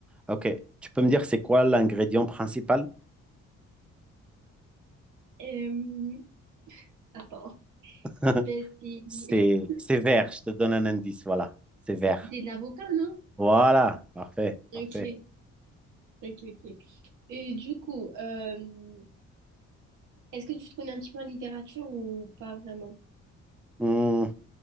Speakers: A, in the centre; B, on the right.
A: Ok, tu peux me dire c'est quoi l'ingrédient principal?
B: Euh, attends.
A: <laughs>
B: Ben c'est
A: C'est
B: <laughs>
A: c'est vert, je te donne un indice, voilà, c'est vert.
B: c'est de l'avocat, non?
A: Voilà, parfait,
B: Ok,
A: parfait.
B: ok, ok. Et du coup, euh, est-ce que tu te connais un petit peu en littérature ou pas vraiment?
A: Hmm,